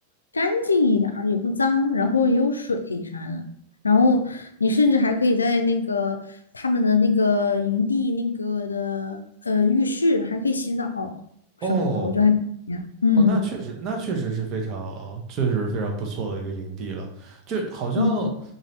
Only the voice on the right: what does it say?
哦。
哦，那确实，那确实是非常，确实是非常不错的一个营地了。就好像我